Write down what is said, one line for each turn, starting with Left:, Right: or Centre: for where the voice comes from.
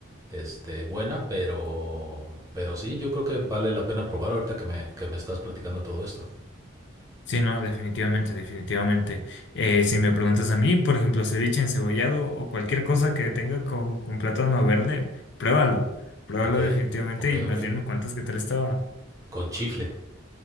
Right: este, buena, pero, pero sí, yo creo que vale la pena probar ahorita que me, que me estás platicando todo esto.
Left: Sí, no, definitivamente, definitivamente. Eh, si me preguntas a mí, por ejemplo, ceviche encebollado o cualquier cosa que tenga con, con plátano verde, pruébalo, pruébalo
Right: Ok,
Left: definitivamente
Right: ok,
Left: y más
Right: ok.
Left: bien me cuentas que tal estaba
Right: Con chifle.